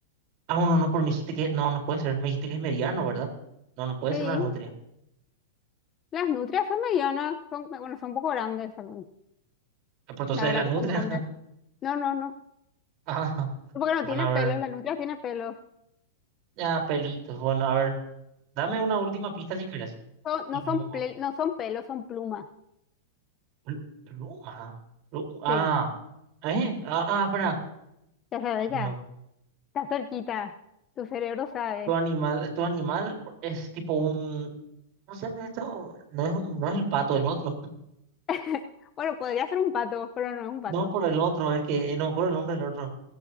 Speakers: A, on the right; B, on the left.
A: Ah, no, no, pero me dijiste que. No, no puede ser. Me dijiste que es mediano, ¿verdad? No, no puede
B: Sí,
A: ser una nutria.
B: Las nutrias son medianas, son, bueno, son un poco grandes también.
A: Ah, Pero entonces
B: La verdad
A: es la nutria.
B: que son grandes.
A: <laughs>
B: No, no, no.
A: Ah,
B: Porque no
A: bueno,
B: tiene
A: a
B: pelos,
A: ver.
B: la nutria tiene pelos.
A: Ya, pelitos. Bueno, a ver. Dame una última pista si quieres.
B: Son-
A: Y
B: no
A: vamos.
B: son ple- no son pelos, son plumas.
A: pl- Pluma. Plu- Ah,
B: Sí,
A: ¿eh? Ah, ah, espera.
B: ya sabes,
A: No,
B: ya. Está cerquita. Tu cerebro sabe.
A: Tu animal, tu animal es tipo un. No sé, esto no es, un- no es el pato, el otro.
B: <laughs> Bueno, podría ser un pato, pero no es un pato.
A: No, pero el otro, el que. No me acuerdo el nombre del otro.